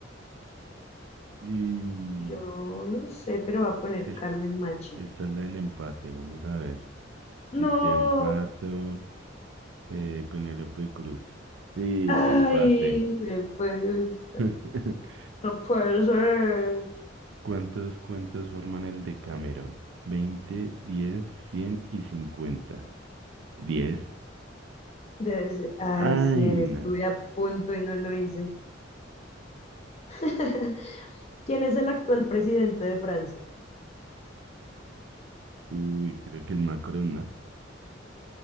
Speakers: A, on the right; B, on the left.
A: Y
B: Yo no sé, pero va a poner
A: es,
B: Carmen Machi.
A: esta es la del empate. Vamos a ver.
B: No,
A: Si te empato, eh, Penélope Cruz. Sí,
B: ay,
A: te empate.
B: me puede
A: <laughs>
B: no puede ser.
A: ¿Cuántos cuentos forman el Decamerón? 20, 10, 100 y 50. 10.
B: Debe ser. Ay,
A: Ay,
B: sí, estuve
A: no.
B: a punto y no lo hice. <laughs> ¿Quién es el actual presidente de Francia?
A: Uy, creo que es Macron, ¿no?